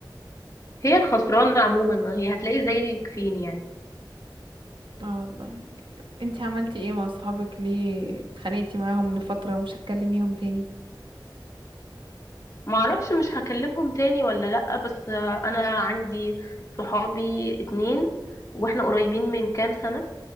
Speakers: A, on the left (about 40°); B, on the right (about 90°).
A: هي الخسرانه عموما هي هتلاقي زيك فين يعني
B: اه والله انت عملتي ايه مع صحابك ليه اتخانقتي معاهم لفتره ومش هتكلميهم تاني
A: معرفش مش هكلمهم تاني ولا لأ بس آه، انا عندي صحابي اتنين واحنا قريبين من كام سنة